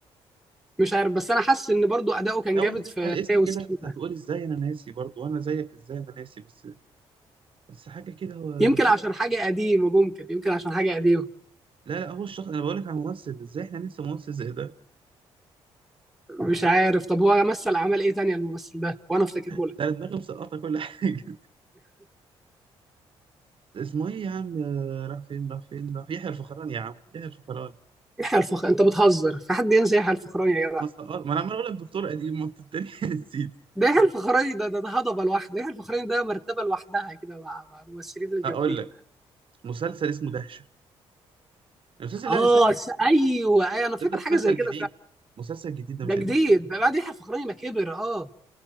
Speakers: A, in the centre; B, on the right.
A: مش عارف بس انا حاسس ان برضو اداؤه كان
B: اول
A: جامد
B: ما تسمع
A: في
B: الاسم
A: هي وسكينه
B: كده هتقول ازاي انا ناسي برضو وانا زيك ازاي انا ناسي بس بس حاجه كده هو
A: يمكن
B: حاجة.
A: عشان حاجه قديمه ممكن يمكن عشان حاجه قديمه
B: لا لا هو الشخص انا بقول لك على ممثل ازاي احنا ننسى ممثل زي ده
A: مش عارف طب هو مثل اعمال ايه تانية الممثل ده وانا افتكرهولك
B: لا، ده أنا دماغي مسقطه كل حاجه <laughs> اسمه ايه يا عم آه، راح فين راح فين راح يحيى الفخراني يا عم يحيى الفخراني
A: يحيى الفخر انت بتهزر في حد ينسى يحيى الفخراني يا جدع
B: ما سقط ما انا عمال اقول لك دكتور قديم ما انت التاني <laughs> نسيت
A: ده يحيى الفخراني ده ده ده هضبه لوحده يحيى الفخراني ده مرتبه لوحدها كده مع مع الممثلين الجامدين
B: اقول لك مسلسل اسمه دهشه المسلسل
A: اه
B: لا استنى استنى
A: س- ايوه ايوه انا فاكر
B: ده ده مسلسل
A: حاجه زي كده
B: جديد
A: فعلا
B: مسلسل جديد ده
A: ده
B: مش
A: جديد
B: قديم
A: ده بعد يحيى الفخراني ما كبر اه